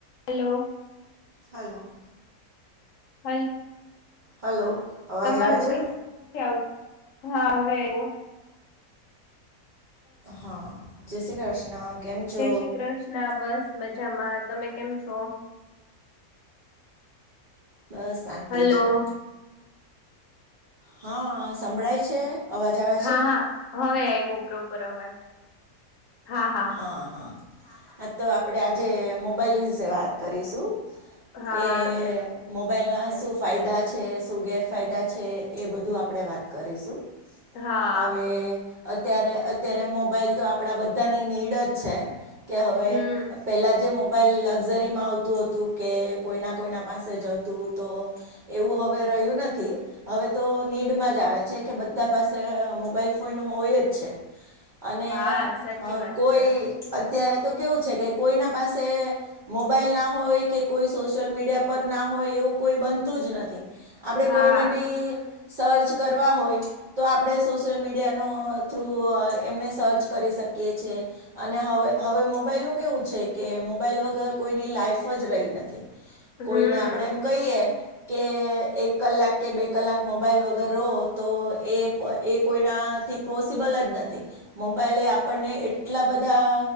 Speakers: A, on the left; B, on the right.
A: Hello.
B: Hello.
A: હલ
B: hello. અવાજ
A: તમારું
B: આવે છે
A: વોઈસ નથી આવતું હા હવે આયવો
B: હા જે શ્રી કૃષ્ણ કેમ છો
A: જૈશી કૃષ્ણ બસ મજામાં તમે કેમ છો?
B: બસ શાંતિ
A: હલો
B: છે હ હ સંભળાય છે? અવાજ આવે
A: હા
B: છે
A: હા હવે આયવો પ્રોપર અવાજ હા હા.
B: હ હ હા હા તો આપણે આજે મોબાઈલ વિશે વાત કરીશું.
A: હા
B: એ
A: સચ
B: મોબાઈલ ના
A: છે
B: સુફ ફાયદા છે શું ગેરફાયદા છે એ બધું આપણે વાત કરીશું.
A: હા
B: હવે અત્યારે અત્યારે મોબાઈલ તો આપણા બધાની નીડ જ છે. કે હવે
A: હમ
B: પહેલાં જે મોબાઈલ લક્ઝરીમાં આવતું હતું કે કોઈના કોઈના પાસે જતું તો? એવું હવે રહ્યું નથી હવે તો નીડમાં જ આવે છે કે બધા પાસે અ મોબાઈલ કોઈનું હોય જ છે અને
A: હા સાચી
B: અ
A: વાત
B: કોઈ
A: છે
B: અત્યારે તો કેવું છે કે કોઈના પાસે મોબાઈલ ના હોય કે કોઈ સોશિયલ મીડિયા પર ના હોય એવું કોઈ બનતું જ નથી. આપણે
A: હા
B: કોઈને બી સર્ચ કરવા હોય તો આપણે સોશિયલ મીડિયાનો થ્રુ એમને સર્ચ કરી શકીએ છીએ. અને હવે હવે મોબાઈલ નુ કેવું છે કે મોબાઈલ વગર કોઈની લાઈફ જ રહી નથી.
A: હમ
B: કોઈને આપડે એમ કહીએ કે એક કલાક કે બે કલાક મોબાઈલ વગર રહો તો એ એ કોઈના થી પોસિબલ જ નથી મોબાઈલે એ આપણને એટલા બધા